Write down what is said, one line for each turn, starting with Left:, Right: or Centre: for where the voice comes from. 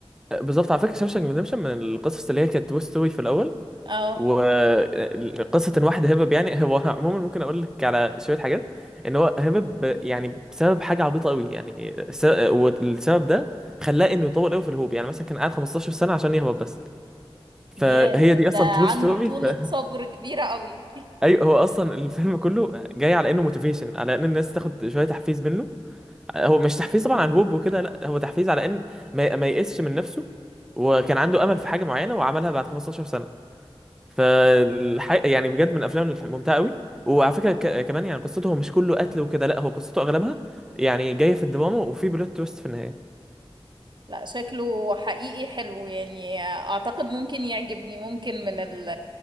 Centre: بالظبط على فكره شاوشانك ريدمشن من القصص اللي هي كانت توي ستوري في الاول
Right: اه
Centre: وقصة ان واحد هرب يعني <laughs> هو عموما ممكن اقول لك على شوية حاجات ان هو هرب ب- يعني بسبب حاجة عبيطة قوي يعني س... والسبب ده خلاه انه يطول قوي في الهوب يعني مثلا كان قاعد 15 سنة عشان يهرب بس فهي
Right: ياه
Centre: دي
Right: ده
Centre: اصلا
Right: عنده
Centre: ترو ستوري
Right: طولة
Centre: ف... <laughs>
Right: صبر كبيرة قوي
Centre: ايوه هو اصلا الفيلم كله جاي على انه موتيفيشن على ان الناس تاخد شوية تحفيز منه هو مش تحفيز طبعا عن الهوب وكده لا هو تحفيز على ان ما, ما يئسش من نفسه وكان عنده امل في حاجة معينة وعملها بعد 15 سنة فالحقيقة يعني بجد من الافلام الممتعه قوي وعلى فكره ك- كمان يعني قصته مش كله قتل وكده لا هو قصته اغلبها يعني جايه في الدراما وفي بلوت تويست في النهايه
Right: لا شكله حقيقي حلو يعني اعتقد ممكن يعجبني ممكن من ال